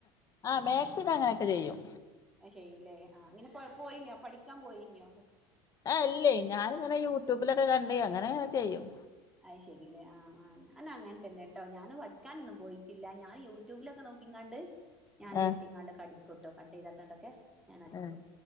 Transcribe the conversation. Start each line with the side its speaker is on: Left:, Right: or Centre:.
Left: ആ മാക്സിന അങ്ങനെയൊക്കെ ചെയ്യും.
Centre: ചെയ്യൂലേ ആഹ്ങ്ങനെ പോയി പഠിക്കാൻ പോയിനിയോ
Left: ആ അല്ലേ ഞാനി ഇങ്ങനെ യൂട്യൂബിലൊക്കെ കണ്ട അങ്ങനെ ചെയ്യും.
Centre: അത് ശരില്ലേ ആഹ ആ് ഞാനൻ അങ്ങനെ തന്നെട്ടോ ഞാന് പഠിക്കാനൊന്നും പോയിട്ടില്ല ഞാൻ യൂട്യൂബിലൊക്കെ നോക്കിങ്ങാണ്ട് ഞാൻ
Left: ആ
Centre: വെട്ടിങ്ങാണ്ട് കടി കൊട്ടക്കട്ട <unintelligible> ചെയ്തട്ടണ്ടൊക്കെ ഞാൻ അടിക്കും
Left: ആ